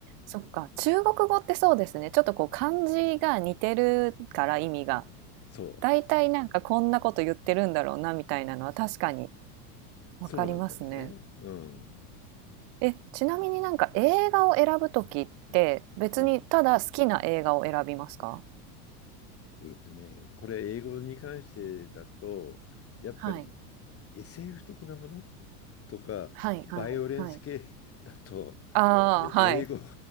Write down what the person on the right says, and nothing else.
そっか、中国語ってそうですね。ちょっとこう漢字が似てるから意味が。
だいたいなんかこんなこと言ってるんだろうなみたいなのは確かに
わかりますね。
え、ちなみになんか映画を選ぶときって別にただ好きな映画を選びますか
はい。
はいはいはい。
ああ、
はい。